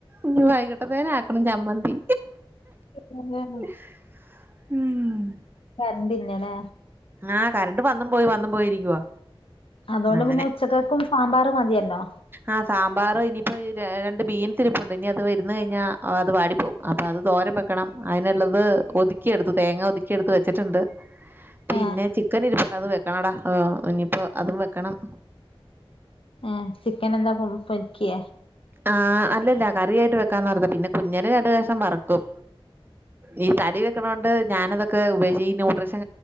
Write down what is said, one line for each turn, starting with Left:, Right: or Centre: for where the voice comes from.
Right: ഇനി വൈകിട്ടത്തേനാക്കണം ചമ്മന്തി
Left: <unintelligible>
Right: ഉം
Left: കരണ്ടില്ല ലേ
Right: ആഹ് കറണ്ട് വന്നും പോയി വന്നും പോയിരിക്കുവാ
Left: അതുകൊണ്ട്
Right: അങ്ങനെ
Left: പിന്നെ ഉച്ചക്കക്കും സാമ്പാറ് മതിയല്ലോ
Right: ആ സാമ്പാർ ഇനിയിപ്പോ രണ്ട് ബീൻസ് ഇരിപ്പുണ്ട് ഇനി അത് ഇരുന്ന് കഴിഞ്ഞാ അത് വാടി പോകും അപ്പൊ അത് തോരൻ വെക്കണം അതിനുള്ളത് ഒതുക്കി എടുത്തു തേങ്ങ ഒതുക്കി എടുത്ത് വെച്ചിട്ടുണ്ട് പിന്നെ
Left: ഏ
Right: ചിക്കൻ ഇരിപ്പുണ്ട് അത് വെക്കണടാ ഇനിയിപ്പോ അതും വെക്കണം
Left: ആഹ് ചിക്കൻ എന്താക്കും പൊരിക്കേ
Right: ആഹ് അല്ലല്ല കറിയായിട്ട് വെക്കാന്നോർത്താ പിന്നെ കുഞ്ഞന് രണ്ട് കഷ്ണം വറുക്കും ഈ തടി വെക്കണോണ്ട് ഞാനതൊ ഒക്കെ ഉപേക്ഷിച്ച് ന്യൂട്രീഷൻ